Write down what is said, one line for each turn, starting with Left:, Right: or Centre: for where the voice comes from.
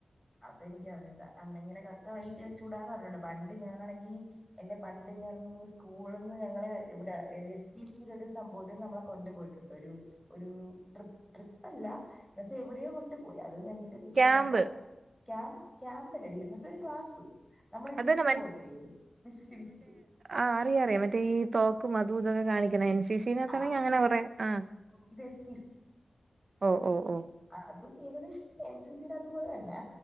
Centre: അതെനിക്കറിഞ്ഞൂട അമ്മ ഇങ്ങനെ കക്ക വഴിവീട്ടി വച്ചൂടാന്ന് പറഞ്ഞിട്ടുണ്ട് പണ്ട് ഞാനണെങ്കീ എന്റെ പണ്ട് ഞാനിസ്കൂള്ന്ന് ഞങ്ങള് ഇവിടെ എ എസ് പി സിയിലൊരു സംഭവത്തിൽ നമ്മളെ കൊണ്ടുപോ ഒരു ഒരു ട്രിപ്പ് ട്രിപ്പല്ല എന്നച്ച എവിടെയോ കൊണ്ട് പോയി അത് കഴിഞ്ഞിട്ട് തിരിച്ചു
Right: ക്യാമ്പ്
Centre: വന്നപ്പോ ക്യാം ക്യാമ്പല്ലടി എന്ന്ച്ചൊരു ക്ലാസ്. നമ്മളീ വിസിറ്റ്
Right: അതന്നെ
Centre: പോകത്തില്ലേ വിസിറ്റ് വിസിറ്റ്
Right: ആ അറിയ അറിയാം മറ്റേ ഈ തോക്കുമതു ഇതൊക്കെ കാണിക്ക്ണ <unintelligible>
Centre: ആ
Right: അങ്ങനെ കുറെ ആ
Centre: ഇത് എസ്
Right: ഓ ഓ ഒ
Centre: ആ അതും ഏകദേശം എൻ സി സിന്റതുപോലെ തല്ലാ